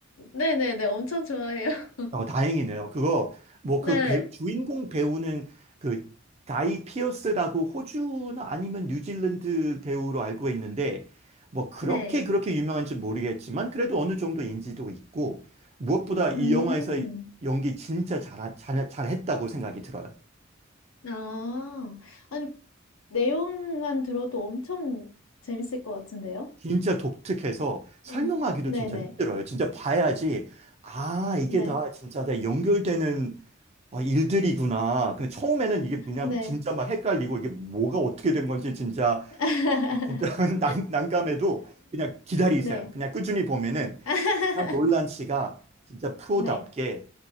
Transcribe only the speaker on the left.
네네네. 엄청 좋아해요. <laughs>
네.
네.
음.
아, 아니, 내용만 들어도 엄청 재밌을 것 같은데요?
음, 네네.
네,
네,
<laughs>
네,
<laughs>
네,